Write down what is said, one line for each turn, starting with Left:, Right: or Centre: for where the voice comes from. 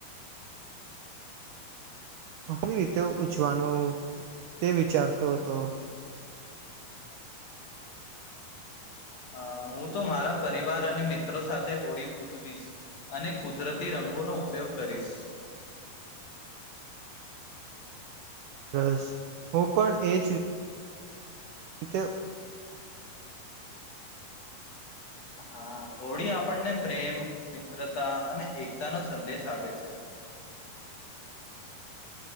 Right: કેવી રીતે ઉજવાનું તે વિચારતો હતો.
Left: અ હું તો મારા પરિવાર અને મિત્રો સાથે હોળી ઉજવીશ, અને કુદરતી રંગોનો ઉપયોગ કરીશ.
Right: બસ હું પણ એ જ રીતે
Left: હા હોળી આપણને પ્રેમ, મિત્રતા અને એકતા નો સંદેશ આપે છે.